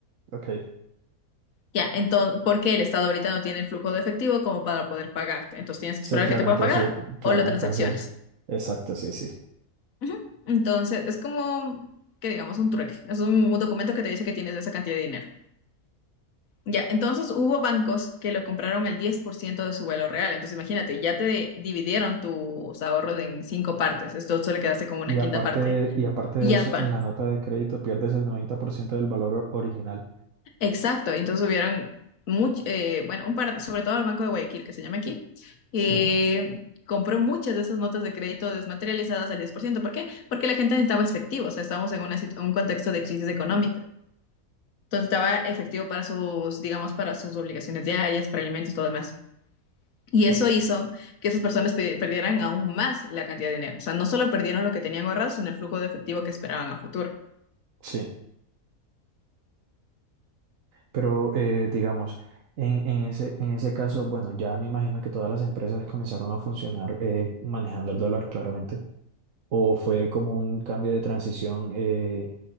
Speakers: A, on the right; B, on the left.
A: ok.
B: Ya, entonces, porque el Estado ahorita no tiene el flujo de efectivo como para poder pagarte, entonces tienes que
A: Sí,
B: esperar
A: claro,
B: a que te puedan
A: entonces,
B: pagar
A: claro,
B: o lo transacciones.
A: entonces, exacto, sí, sí.
B: Ujú. Entonces, es como que digamos un trueque, es un, un documento que te dice que tienes esa cantidad de dinero. Ya, entonces hubo bancos que lo compraron al 10% de su valor real. Entonces imagínate, ya te dividieron tus ahorros en cinco partes. Esto solo quedaste con una
A: Y
B: quinta
A: aparte
B: parte.
A: de, y aparte
B: Y
A: de
B: ya,
A: eso,
B: pa.
A: en la nota de crédito pierdes el 90% del valor original.
B: Exacto. Entonces hubieron, much- eh, bueno, un par, sobre todo el Banco de Guayaquil, que se llama aquí, eh,
A: Sí,
B: compró muchas de esas notas de crédito desmaterializadas al 10%. ¿Por ciento. ¿Por qué? Porque la gente necesitaba efectivo. O sea, estábamos en una situ- un contexto de crisis económica. Entonces estaba efectivo para sus, digamos, para sus obligaciones diarias, para alimentos, todo demás. Y
A: o-
B: eso hizo que esas personas pe- perdieran aún más la cantidad de dinero. O sea, no solo perdieron lo que tenían ahorrado, sino el flujo de efectivo que esperaban a futuro.
A: sí. Pero eh, digamos, en, en ese, en ese caso, bueno, ya me imagino que todas las empresas comenzaron a funcionar eh, manejando el dólar, claramente. ¿O fue como un cambio de transición, eh,